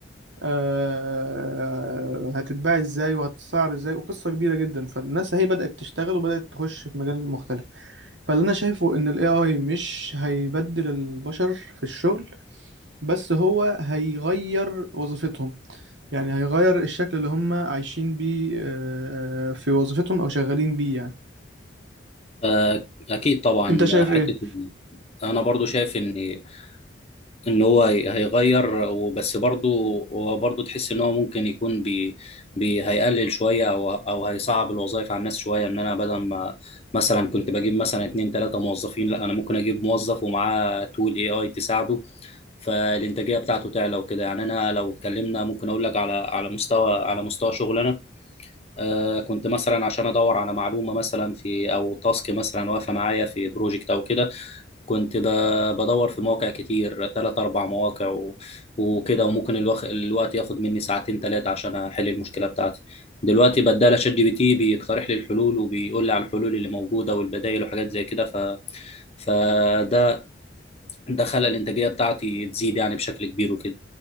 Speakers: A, on the right; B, on the left.
A: آه، هتتباع ازاي وهتتسعر ازاي وقصة كبيرة جدا فالناس هي بدأت تشتغل وبدأت تخش في مجال مختلف فاللي انا شايفه ان الاي اي مش هيبدل البشر في الشغل بس هو هيغير وظيفتهم يعني هيغير الشكل اللي هم عايشين بيه آه، آه، في وظيفتهم او شغالين بيه يعني
B: آه، اكيد طبعا
A: انت شايف
B: آه، حتة
A: ايه
B: إن- انا برضو شايف ان ان هو هي- هيغير وبس برضه هو برضه تحس ان هو ممكن يكون بي بي هيقلل شويه او او هيصعب الوظائف على الناس شويه ان انا بدل ما مثلا كنت بجيب مثلا اتنين تلاته موظفين لا انا ممكن اجيب موظف ومعاه تول اي اي تساعده فالانتاجيه بتاعته تعلى وكده يعني انا لو اتكلمنا ممكن اقول لك على على مستوى على مستوى شغلنا آه كنت مثلا عشان ادور على معلومه مثلا في او تاسك مثلا واقفه معايا في بروجكت او كده كنت ب- بدور في مواقع كتير تلات أربع مواقع و- وكده وممكن الوخ... الوقت ياخد مني ساعتين تلاتة عشان أحل المشكلة بتاعتي دلوقتي بدال شات جي بي تي بيقترح لي الحلول وبيقول لي على الحلول اللي موجودة والبدائل وحاجات زي كده ف... فده ده خلى الانتاجيه بتاعتي تزيد يعني بشكل كبير وكده